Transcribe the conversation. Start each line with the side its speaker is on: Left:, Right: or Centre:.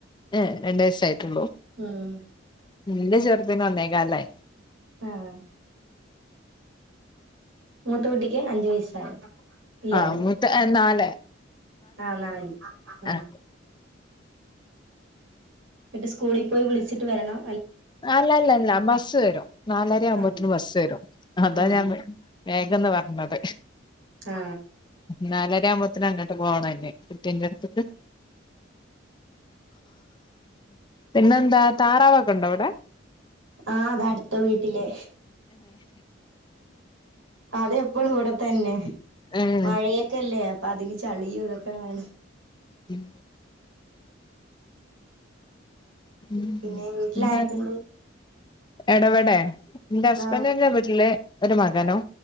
Left: ഏ രണ്ടുവയസായിട്ടൊള്ളൂ
Right: ഉം
Left: എൻറെ ചെറുതിന് ഒന്നേകാലായി
Right: ആഹ് മൂത്ത കുട്ടിക്ക് അഞ്ചുവയസ്സായി ഇല്ലാല്ലേ
Left: ആഹ് മൂത്ത നാല്
Right: ആ നാല് ഉം
Left: ആഹ്
Right: ന്ന്ട്ട് സ്കൂളിപോയി വിളിച്ചിട്ട് വരണം
Left: അല്ലല്ലല്ല ബസ്സുവരും നാലരയാമ്പത്തിന്
Right: ആഹ്
Left: ബസ്സുവരും അതാഞാൻ
Right: ഉം ഉം
Left: വേ വേഗം ന്ന് പറഞ്ഞത്
Right: ആ
Left: നാലരയാമ്പത്തിന് അങ്ങോട്ട് പോണം ഇനി ന്റെറെടുത്തക്ക് പിന്നെന്താ താറാവൊക്കെ ഉണ്ടോവിടെ
Right: ആ അത് അടുത്ത വീട്ടിലെ അതെപ്പോളും ഇവിടെതന്നെ
Left: ഏഹ്
Right: മഴയൊക്കെയല്ലേ അതിന് ചളിയും ഇതൊക്കെ വേണ്ടേ
Left: ഉം ഉം
Right: പിന്നെ വീട്ടിൽ
Left: പിന്നെ
Right: ആരൊക്കെണ്ട്
Left: എടവെടെ എൻറെ ഹസ്ബൻഡൊക്കെ
Right: ആഹ്
Left: വീട്ടില് ഒരു മകനും